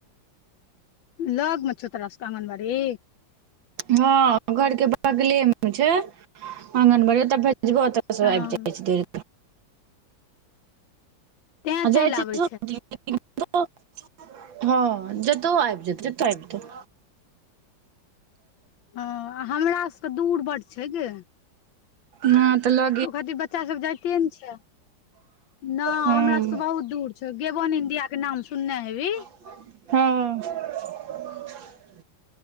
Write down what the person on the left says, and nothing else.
लग में छोउ तोरा सब के आंगनबाड़ी?
हँ
तें
चलि
आबै
हँ आ हमरा सबके दूर बड्ड छय गे।
ओखातिर बच्चा सब जाइते नय छय, ना
हमरा सबके बहुत दूर छौ, गेवन इंडिया के नाम सुनने हेभी।